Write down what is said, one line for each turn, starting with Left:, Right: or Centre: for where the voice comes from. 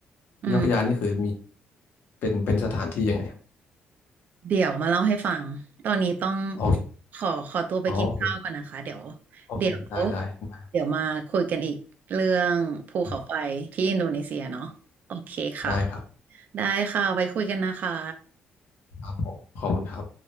Right: อืม
Left: ยกยานี่คือมีเป็นเป็นสถานที่ยังไงอะ
Right: เดี๋ยวมาเล่าให้ฟัง ตอนนี้ต้อง
Left: โอเค
Right: ขอขอตัวไปกินข้าวก่อนนะคะเดี๋ยว
Left: อ๋อโอเคโอเค
Right: เดี๋ยว
Left: ได้ได้ได้
Right: เดี๋ยวมาคุยกันอีกเรื่องภูเขาไฟที่อินโดนีเซียเนาะโอเคค่ะ
Left: โอเคได้ครับ
Right: ได้ค่ะไว้คุยกันนะคะ
Left: ครับผมขอบคุณครับ